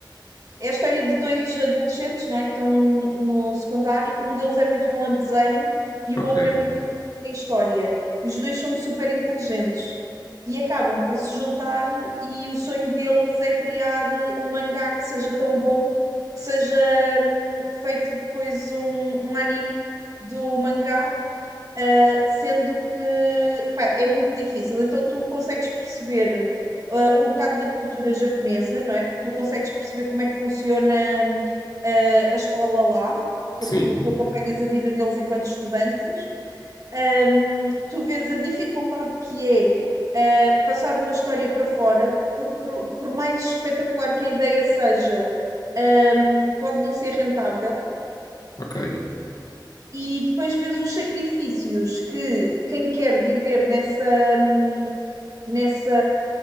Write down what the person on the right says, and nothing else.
é a história de dois adolescentes, não é? Que estão no secundário. Um deles é muito bom em desenho e
o outro é muito bom em história. Os dois são super inteligentes e acabam por se juntar. E o sonho deles é criar um mangá que seja tão bom que seja hum, feito depois um, um anime do mangá Uh, sendo que pá, é muito difícil. Então tu consegues perceber uh, um bocado da cultura japonesa, não é? Tu consegues perceber como é que funciona hum, uh, a escola lá, porque
tu acompanhas a vida deles enquanto estudantes. Um, tu vês a dificuldade que é uh, passar uma história para fora, por, por, por mais espetacular que a ideia seja, um, pode não ser rentável
e depois vês os sacrifícios que quem quer viver nessa, hum, nessa,